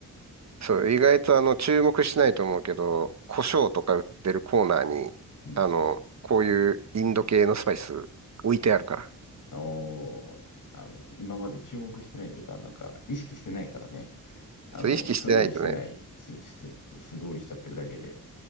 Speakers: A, on the right; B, on the left.
A: そう、意外とあの、注目しないと思うけど、胡椒とか売ってるコーナーに、
B: うん。
A: あの、こういうインド系のスパイス置いてあるから。
B: おー、あの、今まで注目してないというか、なんか、意識してないからね。あの、
A: そう、意識してないとね、
B: 素通りしてない、すす素通りしちゃってるだけで。